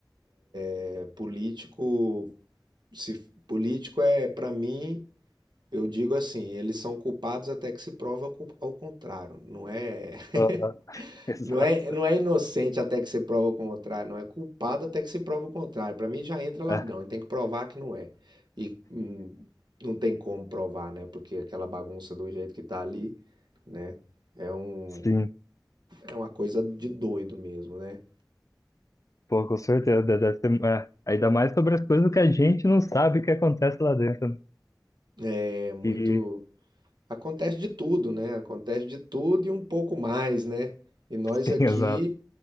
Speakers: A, on the right; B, on the left.
A: é, político Se f- político é, para mim, eu digo assim, eles são culpados até que se prova ao co- ao contrário. Não é,
B: Aham,
A: <laughs>
B: <laughs> Exato.
A: não é, não é inocente até que se prova o contrário, não é culpado até que se prova o contrário. Para mim já entra ladrão,
B: É,
A: e tem que provar que não é. E hum, não tem como provar, né? Porque aquela bagunça do jeito que tá ali, né? É um,
B: sim.
A: é uma coisa de doido mesmo, né?
B: Pô, com certeza, deve ter, é, ainda mais sobre as coisas que a gente não sabe que acontece lá dentro. né?
A: É muito,
B: E
A: acontece de tudo, né? Acontece de tudo e um pouco mais, né? E nós
B: sim,
A: aqui
B: <laughs> exato.